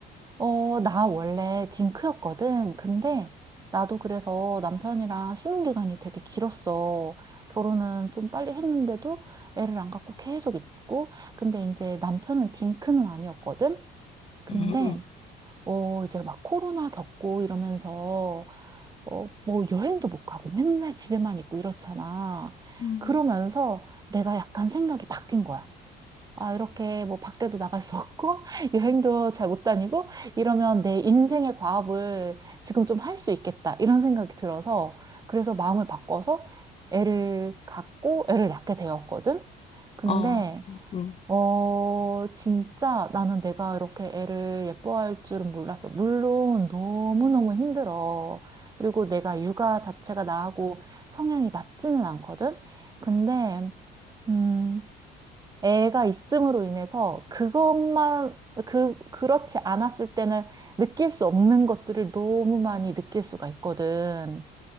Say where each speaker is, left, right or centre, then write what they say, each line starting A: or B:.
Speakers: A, on the right; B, on the left.
A: 어, 나 원래 딩크였거든. 근데 나도 그래서 남편이랑 신혼기간이 되게 길었어. 결혼은 좀 빨리 했는데도 애를 안 갖고 계속 있고. 근데 이제 남편은 딩크는 아니었거든. 근데
B: 음.
A: 어, 이제 막 코로나 겪고 이러면서, 어, 뭐 여행도 못 가고 맨날 집에만 있고 이렇잖아.
B: 음.
A: 그러면서 내가 약간 생각이 바뀐 거야. 아, 이렇게 뭐 밖에도 나갈 수 없고, <laughs> 여행도 잘 못 다니고, 이러면 내 인생의 과업을 지금 좀 할 수 있겠다. 이런 생각이 들어서, 그래서 마음을 바꿔서 애를 갖고 애를 낳게 되었거든. 근데
B: 어, 음. 음.
A: 어, 진짜 나는 내가 이렇게 애를 예뻐할 줄은 몰랐어. 물론 너무너무 힘들어. 그리고 내가 육아 자체가 나하고 성향이 맞지는 않거든? 근데, 음, 애가 있음으로 인해서 그것만, 그, 그렇지 않았을 때는 느낄 수 없는 것들을 너무 많이 느낄 수가 있거든.